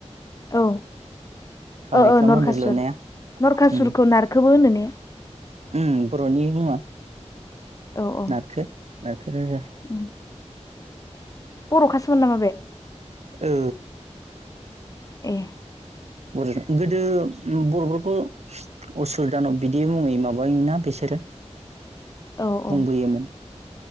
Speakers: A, on the left; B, on the right.
A: औ
B: कामाख्या
A: ओ ओ नरखासुर,
B: मन्दिर लुनाया
A: नरखासुरखौ
B: उम
A: नारखोबो होनो ने? <inaudible>
B: उम बर'नि मुङा
A: औ औ
B: नारखो नारखो राजा
A: उम बर'खासोमोन नामा बे?
B: ओ
A: एह
B: बर' <unintelligible> गोदो बर'फोरखौ असुर दानाब बिदि मुङै माबायोमोनना बिसोरो। बुंबोयोमोन।
A: औ औ